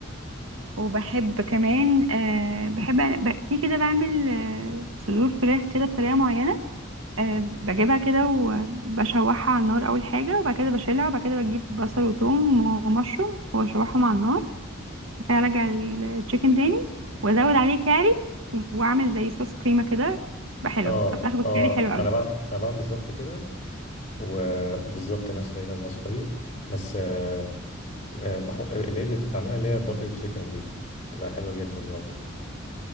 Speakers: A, on the right; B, on the left.
A: وبحب كمان آه بحب ب... في كده بعمل آه صدور فراخ كده بطريقه معينه آه بجيبها كده وبشوحها على النار اول حاجه وبعد كده بشيلها وبعد كده بجيب بصل وثوم ومشروم واشوحهم على النار وبعد كده ارجع التشيكن تاني وازود عليه كاري واعمل زي صوص كريمه كده بقى حلوه
B: اه
A: بتبقى فراخ بالكاري
B: اه
A: حلوه
B: انا
A: قوي
B: بقى انا بعمل بالظبط كده وبالظبط نفس تقريبا الوصفه دي بس آه، آه، بحط اللي هي بت- بعملها اللي هي باتر تشيكن دي بتبقى حلوه جدا برضو